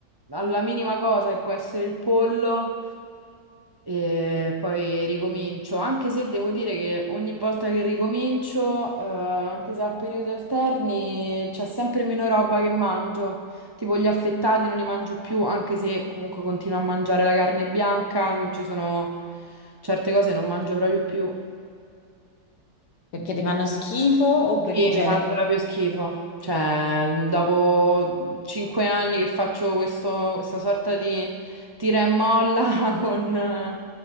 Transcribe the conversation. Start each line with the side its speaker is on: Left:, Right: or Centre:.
Right: alla minima cosa che può essere il pollo e poi ricomincio, anche se devo dire che ogni volta che ricomincio, eh, anche se a periodi alterni, c'è sempre meno roba che mangio. Tipo gli affettati non li mangio più, anche se comunque continuo a mangiare la carne bianca, ci sono certe cose che non mangio proprio più.
Left: Perché ti fanno schifo o perché
Right: Sì,
Left: c'è...
Right: mi fanno proprio schifo. Cioè, dopo cinque anni che faccio questo- questa sorta di tira e molla <laughs> con, eh,